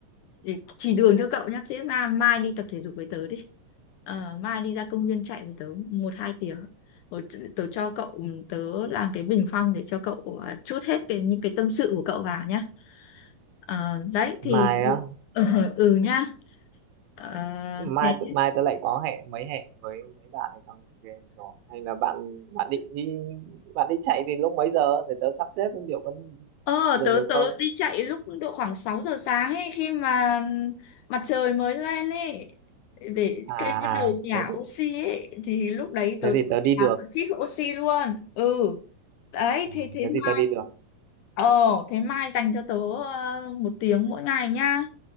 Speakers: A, on the left; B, on the right.
A: để chỉ đường cho cậu nhá thế mà mai đi tập thể dục với tớ đi Ờ, mai đi ra công viên chạy với tớ một hai tiếng Rồi t- tớ cho cậu tớ làm cái bình phong để cho cậu à, trút hết cái những cái tâm sự của cậu vào nhá Ờ, đấy thì
B: Mai á
A: <laughs> ừ, ừ nhá Ờ,
B: mai
A: thế
B: tự- mai tớ lại có hẹn mấy hẹn với mấy bạn ở trong game rồi hay là bạn bạn định đi bạn đi chạy thì lúc mấy giờ để tớ sắp xếp xem liệu có
A: Ờ,
B: dừng
A: tớ
B: được
A: tớ
B: không
A: đi chạy lúc độ khoảng 6 giờ sáng ấy khi mà mặt trời mới lên ấy để
B: à
A: cây
B: à
A: bắt đầu nhả
B: thế thì
A: oxy ấy thì lúc đấy tớ
B: thế thì tớ đi được
A: nhả hít oxy luôn. Ừ. Đấy
B: Ừ,
A: thế thế
B: thế thì
A: mai
B: tớ đi được
A: ờ thế mai dành cho tớ ờ, một tiếng mỗi ngày nhá.